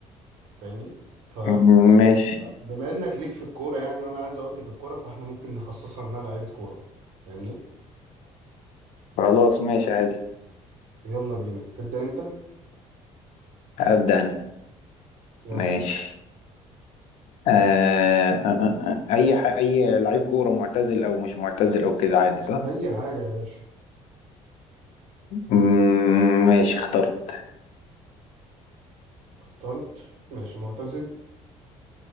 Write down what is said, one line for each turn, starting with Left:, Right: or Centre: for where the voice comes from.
Right: فاهمني ف
Left: مم، ماشي
Right: بما انك ليك في الكوره يعني وانا عايز اودي في الكوره فاحنا ممكن نخصصها انها لعيبه كوره فاهمني
Left: خلاص ماشي عادي
Right: يلا بينا تبدا انت
Left: أبدأ أنا
Right: يلا
Left: ماشي
Right: يا باشا
Left: آه آه آه آه. أي ح... أي لعيب كورة معتزل أو مش معتزل أو كده عادي صح؟
Right: اي حاجه يا باشا
Left: مم، ماشي اخترت
Right: طرد ماشي معتزل